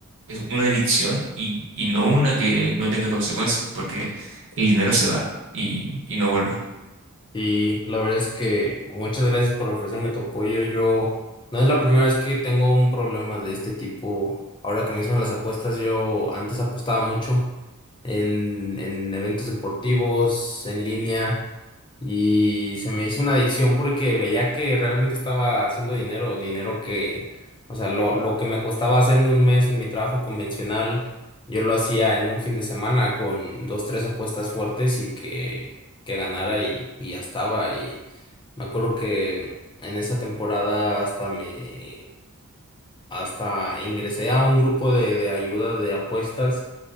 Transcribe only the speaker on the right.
es una adicción y, y no una que no tenga consecuencias, porque el dinero se va y, y no vuelve.